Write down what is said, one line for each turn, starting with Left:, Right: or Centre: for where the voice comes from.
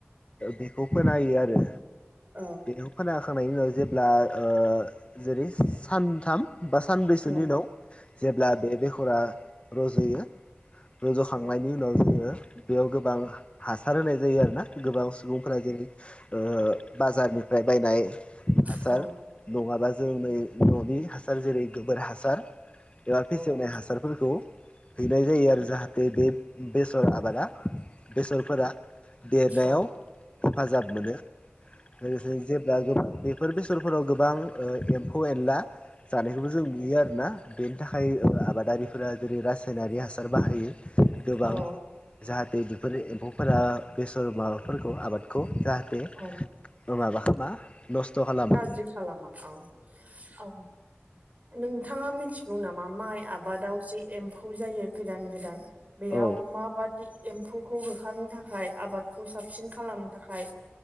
Left: बेखौ फोनाहोयो आरो
Right: औ
Left: बेखौ फोना हो खांनायनि उनाव जेब्ला ओ जेरै सानथाम बा सानब्रैसोनि
Right: औ औ
Left: उनाव जेब्ला बे बेखरा रज'यो रज'खांनायनि उनाव जोङो बेयाव गोबां हा-हासार होनाय जायो आरो ना गोबां सुबुंफोरा जेरै ओ बाजारनिफ्राय बायनाय हासार
Right: औ
Left: नङाबा जों बै न'नि हासार जेरै गोबोर हासार एबा फेसेवनाय
Right: औ
Left: हासारफोरखौ हैनाय जायो आरो जाहाथे बे बेसर आबादा बेसरफोरा देरनायाव
Right: औ
Left: हेफाजाब मोनो। लोगोसे जेब्ला गोबां बेफोर बेसरफोराव गोबां एम्फौ एनला जानायखौबो जों नुयो आरोना बेनि थाखाय आबादारिफोरा जेरै रासाइ नारि हासार बाहायो गोबां
Right: औ
Left: जाहाथे बेफोर एम्फौफोरा बेसर माबाफोरखौ आबादखौ जाहाथे
Right: औ
Left: माबा खालामा नस्थ खालामा
Right: गाज्रि खालामा औ औ नोंथाङा मिथि गौ नामा माइ आबादाव जे एम्फौ जायो गोदान गोदान बेयाव
Left: औ
Right: माबादि एम्फौखौ होखारनो थाखाय आबादखौ साबसिन खालामनो थाखाय